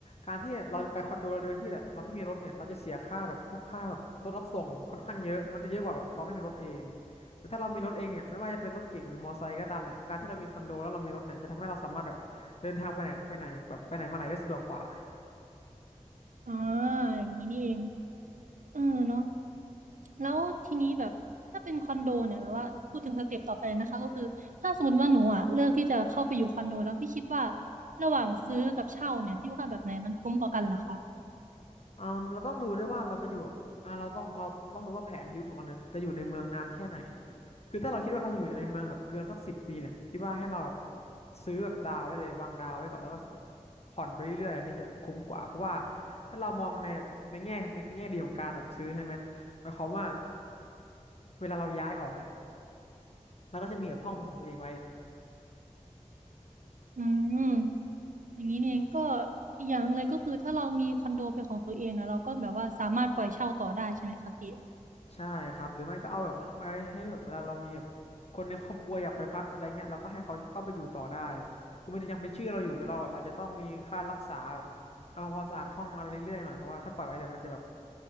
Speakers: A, on the left; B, on the right.
A: การที่เราจะไปคอนโดโดยที่เราไม่มีรถเนี่ยเราจะเสียค่าแบบพวกค่าแบบรถรับส่งค่อนข้างเยอะมันจะเยอะกว่าแบบเราไม่มีรถเองแต่ถ้าเรามีรถเองเนี่ยไม่ว่าจะเป็นรถเก๋งหรือมอไซค์ก็ตามเนี่ยการที่เรามีคอนโดแล้วเรามีรถเนี่ยจะทำให้เราสามารถแบบเดินทางไปไหนไปไหนแบบไปไหนมาไหนได้สะดวกกว่า
B: อ่าอย่างนี้นี่เองเออเนาะแล้วทีนี้แบบถ้าเป็นคอนโดเนี่ยแบบว่าพูดถึงสเต็ปต่อไปนะคะก็คือถ้าสมมติว่าหนูอ่ะเลือกที่จะเข้าไปอยู่คอนโดแล้วพี่คิดว่าระหว่างซื้อกับเช่าเนี่ยพี่ว่าแบบไหนมันคุ้มกว่ากันเหรอคะ
A: อืมเราต้องดูด้วยว่าเราจะอยู่แบบอ่าเราต้องเราต้องดูว่าแผนชีวิตของเราเนี่ยจะอยู่ในเมืองนานแค่ไหนคือถ้าเราคิดว่าเราจะอยู่ในเมืองแบบเกินสักสิบปีเนี่ยพี่ว่าให้เราแบบซื้อแบบดาวไว้เลยวางดาวไว้ก่อนแล้วก็แบบผ่อนไปเรื่อยๆอันนี้จะคุ้มกว่าเพราะว่าถ้าเรามองในในแง่ในแง่ดีของการแบบซื้อใช่ไหมหมายความว่าเวลาเราย้ายออกเนี่ยเราก็จะมีแบบห้องเป็นของตัวเองไว้
B: อืมอย่างนี้นี่เองก็อีกอย่างหนึ่งเลยก็คือถ้าเรามีคอนโดเป็นของตัวเองนะเราก็แบบว่าสามารถปล่อยเช่าต่อได้ใช่ไหมคะพี่
A: ใช่ครับหรือไม่ก็เอาแบบไว้ให้แบบเวลาเรามีแบบคนในครอบครัวอยากไปพักอะไรเงี้ยเราก็ให้เขาเข้าไปอยู่ต่อได้คือมันจะยังเป็นชื่อเราอยู่แต่เราแบบอาจจะต้องมีค่ารักษาค่าทำความสะอาดห้องอะไรเรื่อยๆหน่อยเพราะว่าถ้าปล่อยไว้เดี๋ยวมันจะแบบ